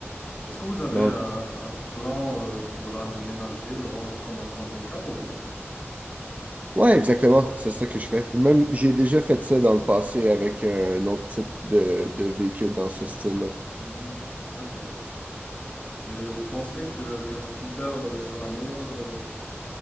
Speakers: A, on the left; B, on the right.
A: Est-ce que vous avez
B: Dans...
A: un,
B: le-
A: un plan euh, pour l'aménager, le rendre comme un camping-car ou non?
B: Ouais, exactement, c'est ça que je fais. Même, j'ai déjà fait ça dans le passé avec un autre type de, de véhicule dans ce style-là.
A: Mhm, D'accord. Et vous pensez que qu'un sprinter euh, sera meilleur? euh,